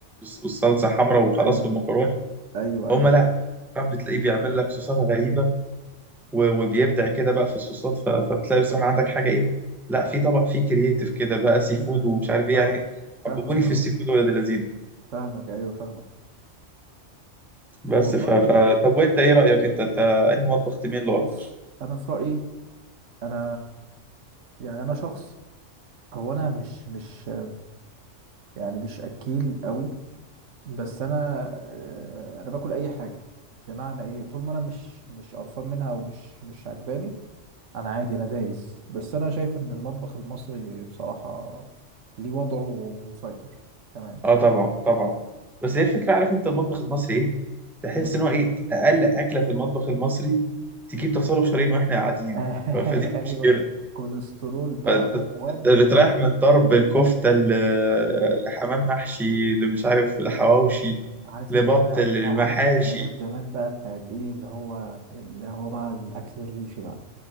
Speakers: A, in the centre; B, on the right (about 80°).
A: والصلصه حمراء وخلاص
B: ايوه
A: والمكرونه
B: ايوه
A: هم
B: ايوه
A: لا
B: عارف
A: بتلاقيه بيعمل لك صوصات غريبه و- وبيبدع كده بقى في الصوصات ف- فبتلاقي بصراحة عندك حاجة إيه لا في طبق فيه كرييتيف كده بقى سي فود
B: مم.
A: ومش عارف إيه
B: فاهمك
A: يعني حببوني
B: فاهمك
A: في
B: اهو
A: السي فود ولاد اللذين
B: فاهمك ايوه فاهمك
A: بس
B: والله
A: ف... ف... طب وأنت إيه رأيك أنت أنت أنهي مطبخ تميل له
B: بص
A: أكتر؟
B: انا في رايي انا يعني انا شخص هو انا مش مش يعني مش اكيل قوي بس انا آه، انا باكل اي حاجه بمعنى ايه طول ما انا مش مش قرفان منها ومش مش عجباني انا عادي انا دايس بس انا شايف ان المطبخ المصري بصراحه ليه وضعه ومسيطر كمان
A: أه طبعا طبعا بس هي الفكرة عارف أنت المطبخ المصري إيه؟ تحس
B: مم.
A: إن هو إيه أقل أكلة في المطبخ المصري تجيب تصالح شرايين وإحنا قاعدين
B: <laughs>
A: ف... فدي المشكلة
B: ايوه كوليسترول بقى
A: فانت
B: وودي
A: انت بتريح من ضرب الكفته ل- لحمام محشي اللي مش عارف لحواوشي
B: عارف
A: لبط
B: انت بقى
A: المحاشي
B: لا عارف انت ايام زمان بقى بتاعت ايه اللي هو اللي هو بقى الاكل الريفي بقى